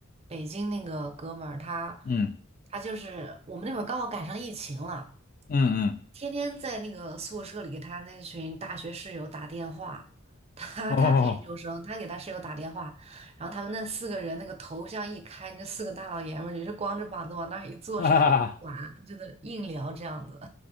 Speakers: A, on the right; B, on the left.
A: 北京那个哥们儿，他
B: 嗯
A: 他就是我们那会儿刚好赶上疫情了，
B: 嗯嗯，
A: 天天在那个宿舍里给他那群大学室友打电话，他他是研究生，
B: <laughs> 哦
A: 他给他室友打电话，然后他们那四个人那个头像一开，那四个大老爷们儿也是光着膀子往那儿一坐，
B: 啊。
A: 啥也不管，就在那硬聊这样子。